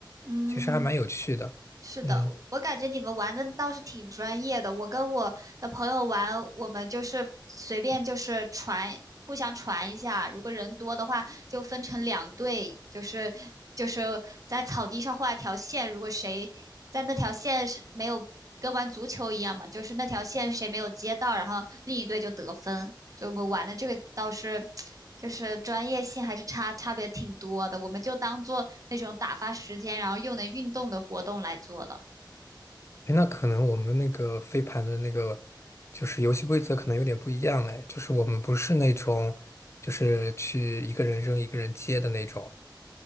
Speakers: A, on the right; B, on the left.
A: 嗯。
B: 其实还蛮有趣的。
A: 是的，
B: 嗯，
A: 我感觉你们玩的倒是挺专业的。我跟我的朋友玩，我们就是随便就是传，互相传一下。如果人多的话，就分成两队，就是就是在草地上画一条线，如果谁在那条线是没有跟玩足球一样嘛，就是那条线谁没有接到，然后另一队就得分。所以我们玩的这个倒是 <tsk> 就是专业性还是差差别挺多的，我们就当做那种打发时间，然后又能运动的活动来做了。
B: 哎，那可能我们那个飞盘的那个就是游戏规则可能有点不一样嘞。就是我们不是那种就是去一个人扔一个人接的那种。